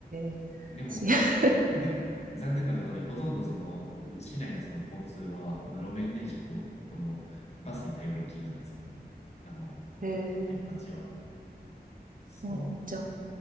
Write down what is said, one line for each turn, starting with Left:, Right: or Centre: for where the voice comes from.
Right: え。
Left: でも、
Right: し <laughs>
Left: <laughs> 残念なことに、ほとんどその、市内のその交通は、この路面電車と、このバスに頼りっきりなんですよ、この、あの、
Right: へえ。
Left: 早っぱチは。そう、
Right: そうなんじゃあ、